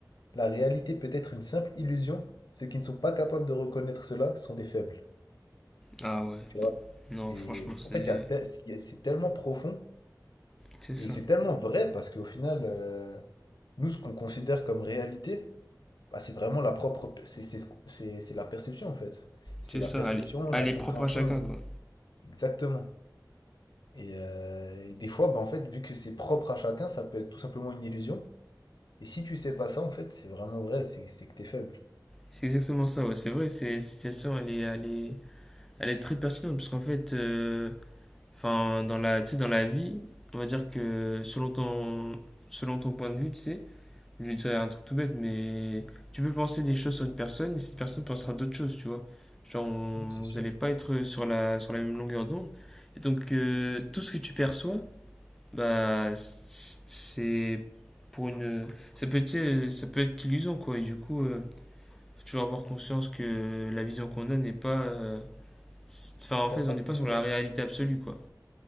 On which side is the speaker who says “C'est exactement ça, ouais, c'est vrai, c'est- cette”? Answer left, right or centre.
Centre